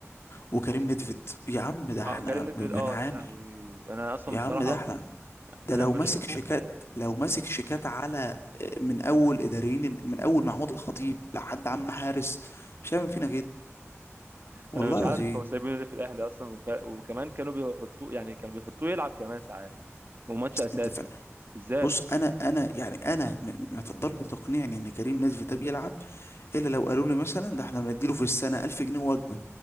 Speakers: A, on the left; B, on the right.
A: وكريم نيدفيد يا عم ده احنا
B: اه كريم نيدفيد
A: ب- بنعاني
B: اه يا لهوي انا اصلا
A: يا
B: بصراحه
A: عم ده احنا ده
B: انا
A: لو
B: لما
A: ماسك
B: بشوفه
A: شيكات لو ماسك شيكات على آه، من اول اداريين من اول محمود الخطيب لحد عم حارس مش هيعمل فينا كده والله
B: انا مش
A: العظيم
B: عارف هو سايبينه ليه في الاهلي اصلا وف... وكمان كانوا بيحطوه يعني كانوا بيحطوه يلعب كمان ساعات وماتش اساسي
A: انت ف...
B: ازاي
A: بص انا انا يعني انا م- ما تقدرش تقنعني ان كريم نزف ده بيلعب الا لو قالوا لي مثلا ده احنا بنديله في السنه 1000 جنيه وجبه